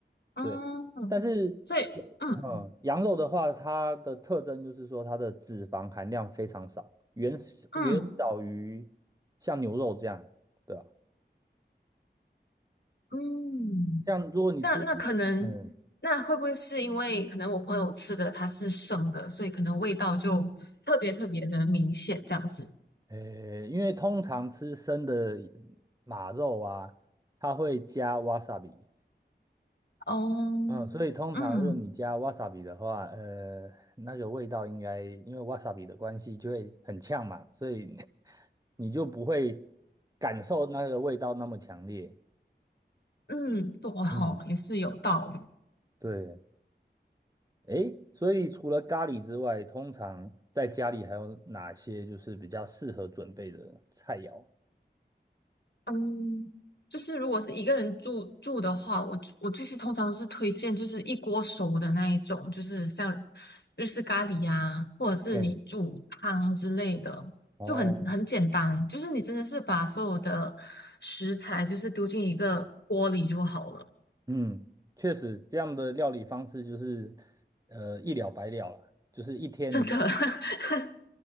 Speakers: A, on the left; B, on the right.
A: 嗯，
B: 对，但是，
A: 所以嗯
B: 嗯，羊肉的话，它的特征就是说它的脂肪含量非常少，远远小于像牛肉这样，
A: 嗯
B: 对吧？
A: 嗯，
B: 像如果你吃，
A: 那那可能，
B: 嗯，
A: 那会不会是因为可能我朋友吃的它是生的，所以可能味道就特别特别的明显这样子？
B: 诶，因为通常吃生的马肉啊，它会加 wasabi，
A: 哦，
B: 嗯，所以通常如果你加
A: 嗯。
B: wasabi 的话，呃，那个味道应该因为 wasabi 的关系就会很呛嘛，所以 <laughs> 你就不会感受那个味道那么强烈。
A: 嗯，对吼，
B: 嗯，
A: 也是有道理。
B: 对，诶，所以除了咖喱之外，通常在家里还有哪些就是比较适合准备的菜肴？
A: 嗯，就是如果是一个人住住的话，我就我就是通常都是推荐就是一锅熟的那一种，就是像日式咖喱呀、或者是你煮汤之类的，
B: 诶。哦，
A: 就很很简单。就是你真的是把所有的食材就是丢进一个锅里就好了，
B: 嗯，确实这样的料理方式就是呃一了百了啦，就是一天你就
A: 真的。<laughs>